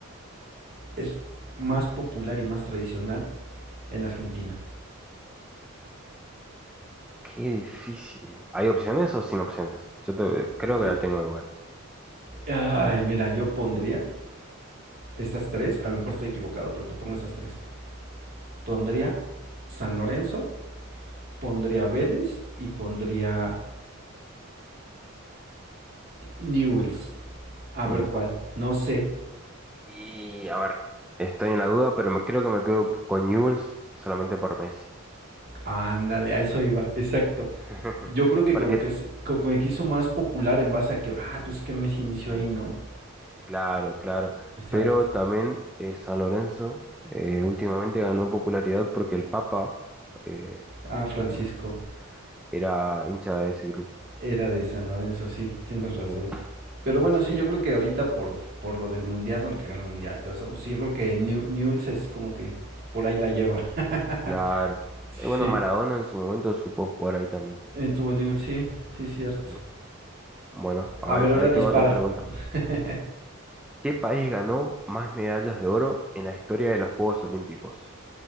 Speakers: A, on the right; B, in the centre.
A: es más popular y más tradicional en Argentina?
B: qué difícil. ¿Hay opciones o sin opciones? Yo te- creo
A: Eh,
B: que la tengo igual.
A: Ay, mira, yo pondría estas tres, a lo mejor estoy equivocado, pero te pongo estas tres. Pondría San Lorenzo, pondría Vélez y pondría Newells. A
B: Newell's.
A: ver cuál, no sé,
B: Y a ver, estoy en la duda, pero me, creo que me quedo con Newell's solamente por Messi.
A: Ándale, a eso iba, exacto.
B: <laughs>
A: Yo creo que
B: Porque,
A: como que, se- como que hizo más popular en base a que, ah, pues que Messi inició
B: sí,
A: ahí, ¿no?
B: claro, claro.
A: Exacto.
B: Pero también eh, San Lorenzo eh, últimamente ganó popularidad porque el Papa eh,
A: Ah, Francisco,
B: en- era hincha de ese club.
A: era de San Lorenzo, sí, <laughs> tienes razón.
B: Sí,
A: Pero
B: así
A: bueno, sí,
B: que
A: yo
B: lo,
A: creo que ahorita por, por lo del mundial, bueno, que ganó el mundial y todo eso, pues sí, yo creo que Neu- Newell's es como que por ahí la lleva. <laughs>
B: claro.
A: Sí,
B: Y bueno, Maradona en su momento supo jugar ahí también.
A: en tu Newell's, sí, sí, cierto.
B: Sí. Bueno, a
A: A ver,
B: ver,
A: ahora
B: ahí
A: dispara.
B: te va otra pregunta.
A: <laughs>
B: ¿Qué país ganó más medallas de oro en la historia de los Juegos Olímpicos?